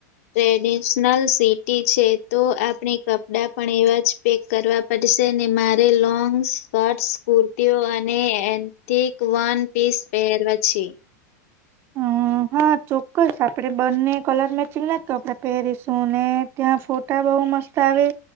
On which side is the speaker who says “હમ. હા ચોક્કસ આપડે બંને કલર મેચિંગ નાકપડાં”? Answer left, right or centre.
Right